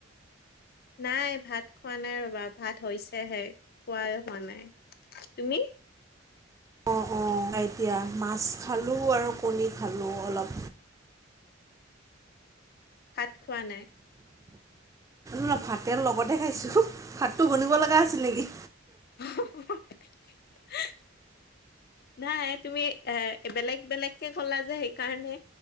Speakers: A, on the left; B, on the right.
A: নাই ভাত খোৱা নাই ৰ'বা ভাত হৈছেহে, খোৱাই হোৱা নাই, তুমি?
B: অ', অ', এতিয়া মাছ খালো আৰু কণী খালো অলপ।
A: ভাত খোৱা নাই?
B: ন ভাতেৰ লগতে খাইছোঁ, ভাতটো গনিব লগা আছিল নেকি?
A: <unintelligible> নাই তুমি এ বেলেগ বেলেগকে ক'লা যে সেইকাৰণে।